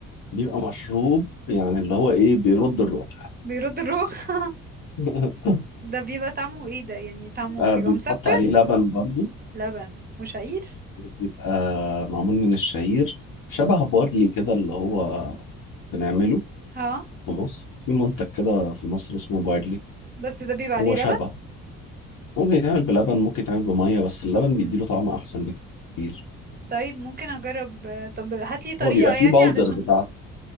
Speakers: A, on the left; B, on the right.
A: بيبقى مشروب يعني اللي هو ايه بيرد الروح
B: بيرد الروح
A: <laughs>
B: ده بيبقى طعمه ايه ده يعني طعمه
A: آه،
B: بيبقى
A: بيحط
B: مسكر
A: عليه لبن برضو
B: لبن وشعير
A: بيبقى معمول من الشعير شبه بارلي كده اللي هو بنعمله
B: اه
A: في مصر في منتج كده في مصر اسمه بارلي
B: بس ده بيبقى عليه
A: هو شبه
B: لبن
A: ممكن يتعمل بلبن ممكن يتعمل بمية بس اللبن
B: مم.
A: بيديله طعم أحسن بكتير
B: طيب ممكن اجرب آه، طب هاتلي طريقة
A: هو بيبقى
B: يعني
A: فيه باودر
B: علشان
A: بتاعته